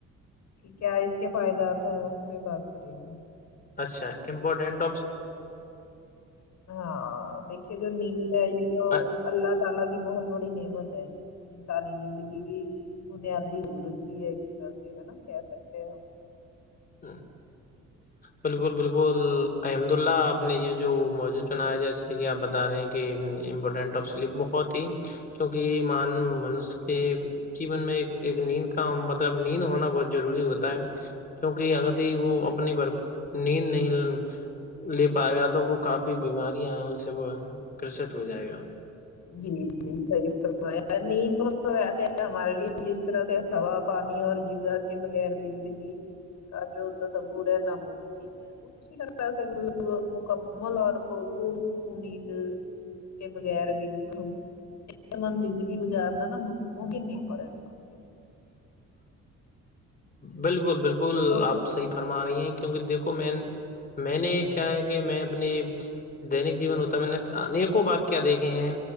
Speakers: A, on the left; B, on the left.
A: کہ کیا اس کے فائدات ہیں اس پہ بات کریں گے
B: اچھا امپورٹنٹ
A: ہاں دیکھیے جو نیند ہے یہ تو
B: احمد
A: اللہ تعالی کی بہت بڑی نعمت ہے انسانی زندگی کی بنیادی ضرورت بھی ہے ایک طرح سے ہے نا کہہ سکتے ہیں
B: ہاں
A: <unintelligible>
B: بالکل بالکل الحمد اللہ آپ نے یہ جو موجود چنایا ہے جیسے کہ آپ بتا رہے ہیں مپٹنٹف سلپ بہت ہی کیونک م منش کے جیون میں ایک ایک نیند کا مطلب نیند ہونا بہت ضروری ہوتا ہے کیونک ادھی وہ اپنی بھر نیند نہیں لے پائے گا تو وہ کافی بیماریاں ان سے وہ گست ہو جائے گا
A: جی جیحی نیند تو ایسے ہے ہمارے لیے جس طرح سے ہوا پانی اور غذا کے بغیر زندگی کا جو تصور ہے ناممکن طر مکمل اور پ مد کے بغیر بھی مطلب ہم س مند زندگی گزارنا نا ممکن نہیں ہو پا رہا انسان سے
B: بالکل بالکل
A: تو
B: آپ صحیح فرما رہی ہیں کیونکہ دیکھو میں میں نے یہ کیا ہے کہ میں اپنی دینک جیون ہوتا ہے میں نے انیکوں وا کیا دیکھے ہیں